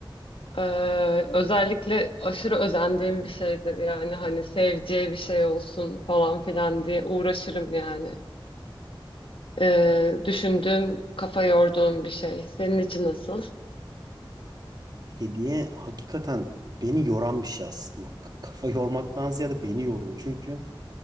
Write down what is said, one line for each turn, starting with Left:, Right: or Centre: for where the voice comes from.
Left: Ee, özellikle aşırı özendiğim bir şeydir yani hani seveceği bir şey olsun falan filan diye uğraşırım yani. Ee, düşündüğüm, kafa yorduğum bir şey. Senin için nasıl?
Right: Hediye hakikaten beni yoran bir şey aslında. K- Kafa yormaktan ziyade beni yoruyor. Çünkü